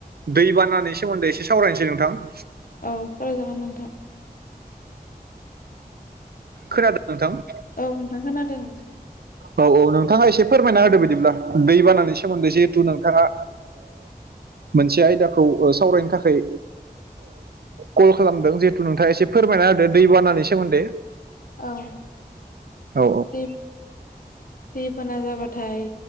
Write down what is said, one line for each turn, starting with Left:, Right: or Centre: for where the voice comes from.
Right: दैबानानि सोमोन्दै एसे सावरायनोसै नोंथां।
Left: औ सरायजागोन नोंथां।
Right: खोनादों नोंथां?
Left: औ ओमफ्राय खोनादों।
Right: औ औ नोंथाङा एसे फोरमायना होदो बिदिब्ला दै बानानि सोमोन्दै जिहेथु नोंथाङा मोनसे आयदाखौ सावरायनो थाखाय कल खालामदों जिहेथु नोंथाङा एसे फोरमायना होदो दैबानानि सोमोन्दै।
Left: औ
Right: औ
Left: दे दैबाना जाबाथाय